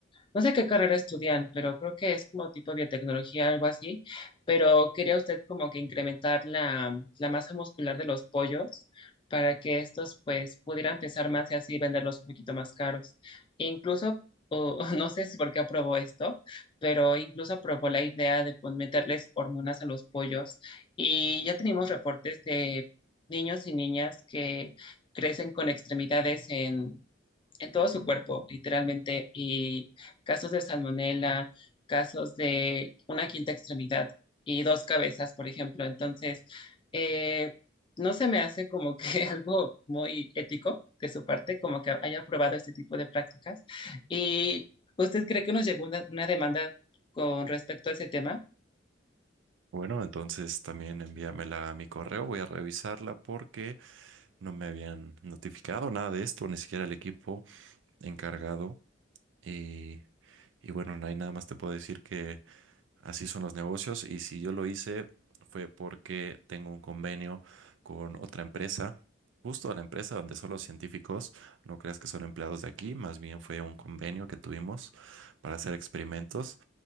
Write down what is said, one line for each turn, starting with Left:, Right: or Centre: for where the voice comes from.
Left: no sé qué carrera estudian, pero creo que es como tipo biotecnología, algo así, pero quería usted como que incrementar la, la masa muscular de los pollos para que estos pues pudieran pesar más y así venderlos un poquito más caros. Incluso, o- <laughs> no sé si por qué aprobó esto, pero incluso aprobó la idea de pues, meterles hormonas a los pollos y ya tenemos reportes de niños y niñas que crecen con extremidades en en todo su cuerpo, literalmente, y casos de salmonela, casos de una quinta extremidad y dos cabezas, por ejemplo. Entonces, eh, no se me hace como que <laughs> algo muy ético de su parte, como que haya aprobado este tipo de prácticas. ¿Y usted cree que nos llegó una, una demanda con respecto a ese tema?
Right: Bueno, entonces también envíamela a mi correo, voy a revisarla porque no me habían notificado nada de esto, ni siquiera el equipo encargado. Y, y bueno, no hay nada más te puedo decir que Así son los negocios y si yo lo hice fue porque tengo un convenio con otra empresa, justo a la empresa donde son los científicos, no creas que son empleados de aquí, más bien fue un convenio que tuvimos para hacer experimentos